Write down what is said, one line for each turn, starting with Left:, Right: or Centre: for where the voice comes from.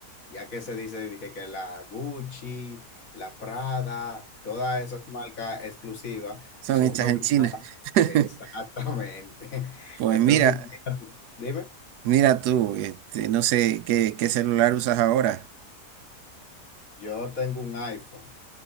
Left: ya que se dice de que, que la Gucci, la Prada, todas esas marcas exclusivas
Right: son
Left: son
Right: hechas
Left: fabricadas.
Right: en China. <laughs>
Left: Exactamente. <laughs>
Right: Pues
Left: Entonces,
Right: mira.
Left: imagínate, dime,
Right: Mira tú, este, no sé qué, qué celular usas ahora.
Left: yo tengo un iPhone.